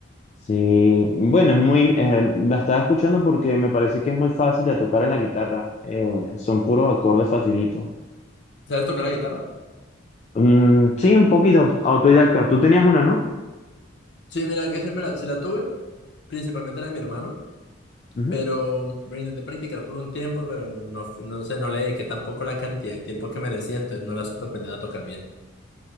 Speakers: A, on the left (about 35°); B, on the left (about 60°).
A: Sí, bueno, es muy, eh, la estaba escuchando porque me parece que es muy fácil de tocar en la guitarra. eh, son puros acordes facilitos.
B: ¿Sabes tocar la guitarra?
A: Mm, sí, un poquito autodidacta. Tú tenías una, ¿no?
B: Sí, mira, que siempre la, sí la tuve, principalmente la de mi hermano,
A: Ujú.
B: pero me intenté practicar por un tiempo, pero no, fu- no sé, no le dediqué tampoco la cantidad de tiempo que merecía, entonces no la supe aprender a tocar bien.